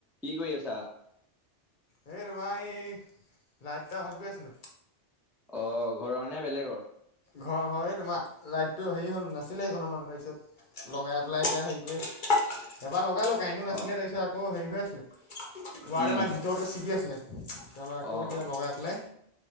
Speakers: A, in the centre; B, on the left (about 50°).
A: কি কৰি আছা?
B: এই তোমাৰ এই লাইটটা ভালকৈ আছিলো।
A: অ ঘৰৰ নে বেলেগৰ।
B: ঘৰ ঘৰ তোমাৰ লাইটটো হেৰি হ'ল নাছিলে সেইকণো মানুহে তাৰপিছত লগাই পেলাই এতিয়া হেৰি কৰি আছিলোঁ। এবাৰ লগালো কাৰেন্টটো নাছিলে।
A: অ'
B: তাৰপিছত আকৌ হেৰি হৈ আছিল ওৱাৰডালৰ
A: উম,
B: ভিতৰতে ছিগি আছিলে। তাৰপৰা আকৌ
A: অ'
B: এতিয়া লগাই পেলাই